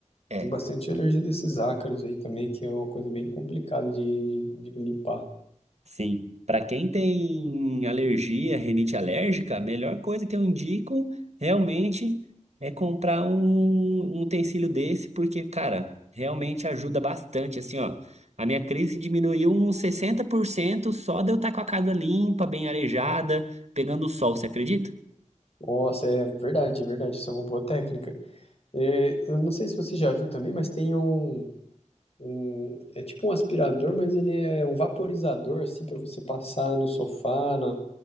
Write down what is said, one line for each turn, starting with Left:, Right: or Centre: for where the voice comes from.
Right: é,
Left: Tem bastante alergia desses ácaros aí também, que é uma coisa bem complicada de, de, de limpar.
Right: Sim, para quem tem alergia, rinite alérgica, a melhor coisa que eu indico realmente é comprar um, um utensílio desse, porque, cara, realmente ajuda bastante. Assim, ó, a minha crise diminuiu uns 60% só de eu estar com a casa limpa, bem arejada, pegando o sol, você acredita?
Left: Nossa, é verdade, é verdade. Isso é uma boa técnica. É, eu não sei se você já viu também, mas tem um, um- É tipo um aspirador, mas ele é um vaporizador, assim, para você passar no sofá, na,